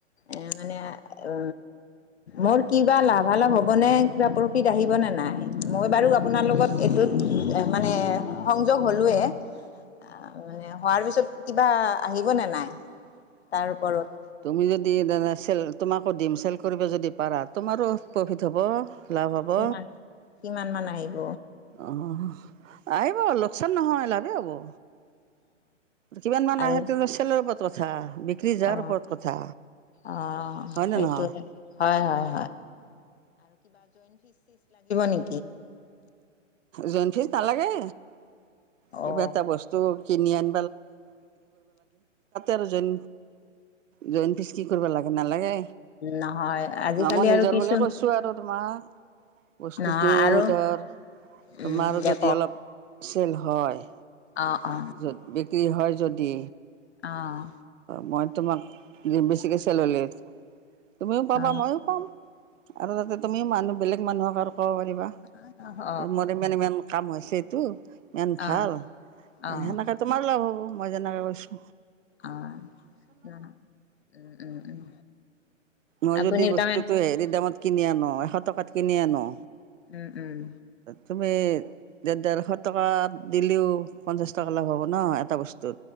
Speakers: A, on the left; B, on the right.
A: এ মানে উ মোৰ কিবা লাভালাভ হব নে কিবা প্ৰফিট আহিব ন নাই মই বাৰু আপোনাৰ লগত এইটোত মানে সংযোগ হলোৱে মানে হোৱাৰ পিছত কিবা আহিবনেে নাই তাৰ ওপৰত
B: তুমি যদি চেল তোমাকো দিম চেল কৰিব যদি পাৰা তোমাৰো প্ৰফিট হ'ব লাভ হ'ব
A: কিমান কিমান মান আহিব
B: অঁ আহিব লোকচান নহয় লভে হ'বৌ কিমান মান
A: আৰু
B: আহে তে চেলৰ ওপৰত কথা বিক্ৰী যাৰ
A: অ
B: ওপৰত কথা
A: অ
B: হয়
A: সেইটোে
B: নে নহয়?
A: হয় হয় নে
B: জোন ফিজ নালাগে কিবা
A: অ
B: এটা বস্তু কিনি আন আৰু জইন জইন ফিজ কি কৰিব লাগে নালাগে
A: নহয় আজিকালি
B: ন মই নিজৰ
A: আৰু কিছু
B: বুলিয়ে কৈছো আৰু তোমাক বস্তুটো
A: নহয় আৰু
B: ধৰ
A: উম
B: তোমাৰো
A: দে
B: যদি
A: কওক
B: অলপ চেল হয়
A: অ অ
B: যত বিক্ৰী হয় যদি
A: অহ
B: মই তোমাক বেছিকৈ চ ললে তুমিও পাবা
A: অ
B: ময়ো পাম আৰু তাতে তুমিও মানুহ বেলেগ মানুহক আৰু কব পাৰিবা
A: অ
B: মোৰ ইমান কাম হৈছে এইটো ইমান ভাল
A: অ অ
B: সেনেকে তোমাৰ লাভ হ'ব মই যেনেকে কৈছো
A: আহ ন উ উম উম
B: মই
A: আপুনি
B: যদি বস্তুতটো
A: তাৰমানে
B: হেৰি দামত কিনি আনো এশ টকাত কিনি আনো
A: উম উম
B: তুমি দেৰ ডেৰশ টকাত দিলেও পঞ্চাশ টকা লাভ হ'ব ন এটা বস্তু